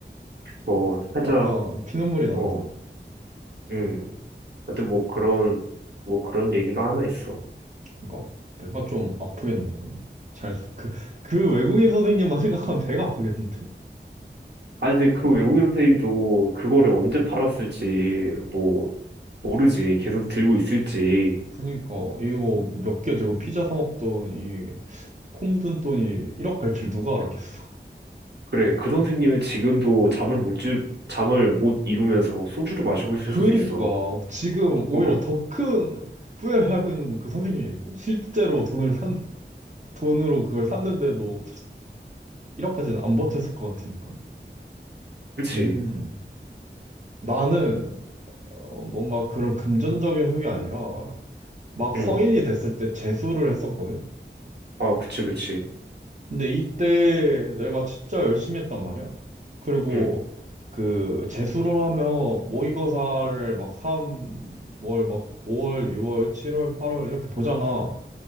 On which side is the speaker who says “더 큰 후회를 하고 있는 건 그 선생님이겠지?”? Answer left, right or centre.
Right